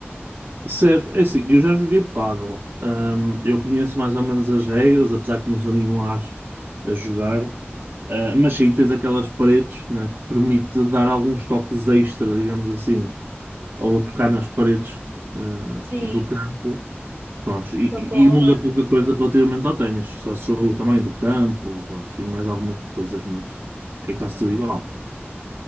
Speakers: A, on the right (about 55°); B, on the right (about 75°).
A: Certo, é assim, eu já joguei pádel. Ahm, eu conheço mais ou menos as regras, apesar que não sou nenhum as a jogar. Ah, mas sim, tens aquelas paredes, né, que permite dar alguns toques extra, digamos assim, ou tocar nas paredes, ah,
B: Sim,
A: do campo. Prontos,
B: tipo
A: e, e-
B: a bola.
A: e muda pouca coisa relativamente ao ténis, só sou o tamanho do campo, prontos, e mais algumas coisas, mas é quase
B: Sim.
A: tudo igual.